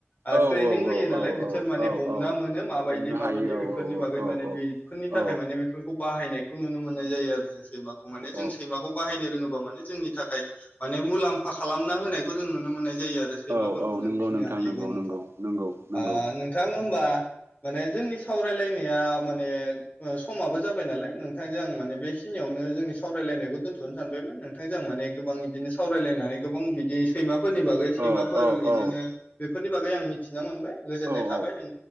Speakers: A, on the left; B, on the right.
A: ओ
B: औ
A: ट्रेनिं
B: औ
A: होयो
B: औ
A: नालाय
B: औ
A: बिसोर माने
B: औ
A: हमना
B: औ
A: मोनो माबायदि
B: हमनो
A: माबायदि
B: हायो औ
A: बेफोरनि बागै
B: औ
A: माने बे नि थाखाय
B: औ
A: माने बेफोरखौ बाहायनायखौ नुनो मोननाय जायो आरो जों सैमाखौ माने जों
B: औ
A: सैमाखौ बाहायनो रोङोबा माने जोंनि थाखाय माने मुलाम्फा खालामना होनायखौ जों नुनो मोननाय जायो आरो सैमाफोरखौ
B: औ औ
A: जों
B: नंगौ
A: फिनो
B: नोंथां
A: हायोबा
B: नंगौ
A: नोंथां
B: नंगौ नंगौ नंगौ
A: ओ नोंथां होमबा माने जोंनि सावरायलायनाया माने ओ समाबो जाबाय नालाय नोंथांजों आं माने बेखिनि खिनिआवनो जोंनि साव सावरायलायनायखौ दोन्थ'नो सानबायमोन नोंथांजों आं माने गोबां इदिनो सावरायलायनानै गोबां बिदि सैमा फोरनि बागै
B: औ
A: सैमाफोर
B: औ
A: इदिनो
B: औ
A: बेफोरनि बागै आं मिथिना मोनबाय गोजोननाय
B: औ
A: थाबाय
B: औ
A: नों